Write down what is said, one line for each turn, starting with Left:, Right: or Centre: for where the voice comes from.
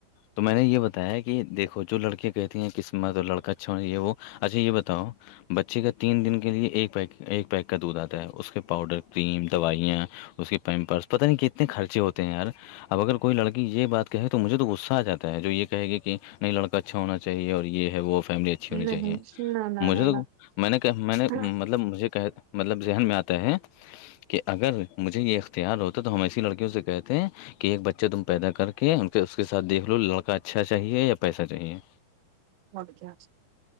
Left: تو میں نے یہ بتایا ہے کہ دیکھو جو لڑکیا کہتی ہیں قسمت لڑکا اچھا چ ہے وہ اچھا یہ بتاؤ بچے کا تین دن کے لیے ایک پیک ایک پیک کا دودھ آتا ہے اس کے پاؤڈر کریم دوائیاں اس کے م پرس پتا نہیں کتنے خرچے ہوتے ہیں یار اب اگر کوئی لڑکی یہ بات کہے تو مجھے تو غصہ آ جا ہے جو یہ کہے گی کہ نہیں لڑکا اچھا ہونا چاہے اور یہ ہے وہ فیملی اچ
Right: نہیں
Left: ہونی چاہیے
Right: نہ نہ
Left: مجھے
Right: نہ
Left: تو میں نے میں نے
Right: نہ
Left: مطلب مجھے کہ مطلب ذہن میں آتا ہے کہ اگر مجھے یہ اختیار ہوتا ہے تو ہم ایسی لڑکیوں سے کہتے ہیں کہ ایک بچہ تم پیدا کر کے اس کے ساتھ دیکھ لو لڑکا اچھا چاہیے یا پیسہ چاہیے <inaudible>
Right: ہوگ کیا <unintelligible>